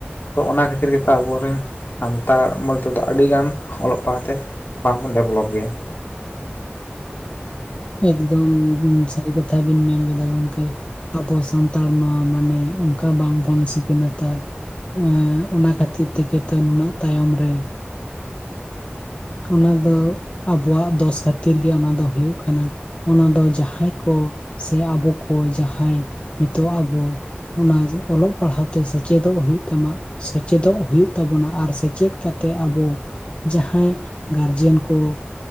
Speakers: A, on the left; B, on the left.
A: ᱛᱚ ᱚᱱᱟ ᱠᱷᱟᱹᱛᱤᱨ ᱜᱮᱛᱚ ᱟᱵᱚᱨᱮᱱ ᱥᱟᱱᱛᱟᱲ ᱵᱚᱞ ᱛᱮ ᱫᱚ ᱟᱹᱰᱤ ᱜᱟᱱ ᱚᱞᱚᱜ ᱯᱟᱲᱦᱟᱣ ᱛᱮ ᱵᱟᱝ ᱵᱚᱱ ᱰᱮᱵᱷᱞᱚᱯ ᱜᱮᱭᱟ
B: ᱮᱠᱫᱚᱢ ᱥᱟᱹᱨᱤ ᱠᱟᱛᱷᱟ ᱵᱤᱱ ᱢᱮᱱ ᱠᱮᱫᱟ ᱜᱚᱢᱠᱮ ᱟᱵᱚ ᱥᱟᱱ ᱛᱟᱲᱢᱟ ᱢᱟᱱᱮ ᱚᱱᱠᱟ ᱵᱟᱝ ᱵᱚᱱ ᱥᱤᱠᱷᱱᱟᱹᱛᱟ ᱮᱸᱻ ᱚᱱᱟ ᱠᱷᱟᱹᱛᱤᱨ ᱠᱷᱟᱹᱛᱤᱨ ᱛᱮᱜᱮ ᱛᱚ ᱱᱩᱱᱟᱹᱜ ᱛᱟᱭᱚᱢ ᱨᱮ ᱚᱱᱟ ᱫᱚ ᱟᱵᱚᱣᱟᱜ ᱫᱚᱥ ᱠᱷᱟᱹᱛᱤᱨ ᱜᱮ ᱚᱱᱟ ᱫᱚ ᱦᱩᱭᱩᱜ ᱠᱟᱱᱟ ᱚᱱᱟ ᱫᱚ ᱡᱟᱦᱟᱸᱭ ᱠᱚ ᱥᱮ ᱟᱵᱚ ᱠᱚ ᱡᱟᱦᱟᱸᱭ ᱱᱤᱛᱚᱜ ᱟᱵᱚ ᱚᱱᱟ ᱚᱞᱚᱜ ᱯᱟᱲᱦᱟᱜ ᱛᱮ ᱥᱮᱪᱮᱫᱚᱜ ᱦᱩᱭᱩᱜ ᱛᱟᱢᱟ ᱥᱮᱪᱮᱫᱚᱜ ᱦᱩᱭᱩᱜ ᱛᱟᱵᱚᱱᱟ ᱟᱨ ᱥᱮᱪᱮᱫ ᱠᱟᱛᱮᱜ ᱟᱵᱚ ᱡᱟᱦᱟᱸᱭ ᱜᱟᱨᱡᱮᱱ ᱠᱚ